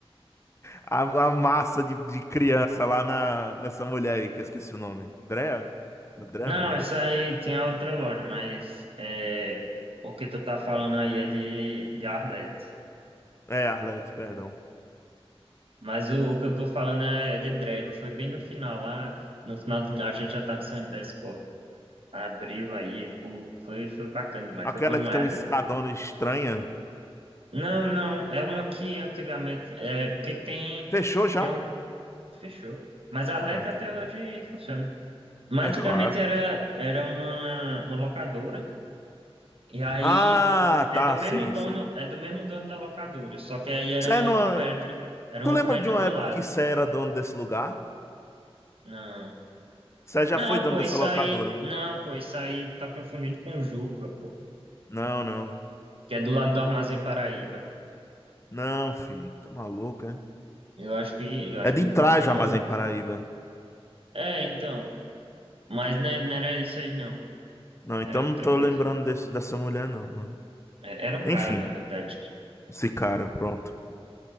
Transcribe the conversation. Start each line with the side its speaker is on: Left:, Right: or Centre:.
Left: A, a massa de, de criança lá na, nessa mulher aí, que eu esqueci o nome. Drea? Drea
Right: Não,
Left: não, Drea.
Right: isso aí tinha outra loja, mas é, o que tu tá falando aí é de, de Arlete.
Left: É, Arlete, perdão.
Right: Mas o, o que eu tô falando é de Dreva. Foi bem no final lá. No final do, a gente já tava saindo da escola. Abriu aí. pô, Foi, foi bacana demais.
Left: Aquela
Right: Foi bom demais
Left: que tem
Right: aquele.
Left: uma escadona estranha.
Right: Não, não. É uma que antigamente. É, porque tem.
Left: Fechou já?
Right: Tem um. Fechou. Mas a Arlec
Left: Ah, que
Right: até
Left: pena.
Right: hoje funciona. Mas antigamente
Left: É claro.
Right: era, era uma, uma locadora. E aí.
Left: Ah,
Right: É
Left: tá,
Right: do mesmo
Left: sei,
Right: dono,
Left: sei.
Right: é do mesmo dono da locadora. Só que aí era
Left: Sé
Right: em
Left: não...
Right: outro prédio. Era
Left: Tu
Right: um
Left: lembra
Right: prédio
Left: de uma
Right: do
Left: época
Right: lado.
Left: que Sé era dono desse lugar?
Right: não
Left: Sé já
Right: Não,
Left: foi dono
Right: pô,
Left: dessa
Right: isso
Left: locadora.
Right: aí. Não, pô, isso aí tá confundindo com Juca, pô.
Left: Não, não.
Right: Que é do lado do Armazém Paraíba.
Left: Não, filho. Tá maluco, é?
Right: Eu acho que. Eu acho
Left: É de
Right: que nunca
Left: trás
Right: foi, não.
Left: já, mas em Paraíba.
Right: É, então. Mas né, não era isso aí, não.
Left: Não, então
Right: Era
Left: não
Right: outra
Left: tô
Right: coisa.
Left: lembrando desse, dessa mulher, não. mano.
Right: É, Era um
Left: Enfim.
Right: cara, na verdade.
Left: Esse cara, pronto.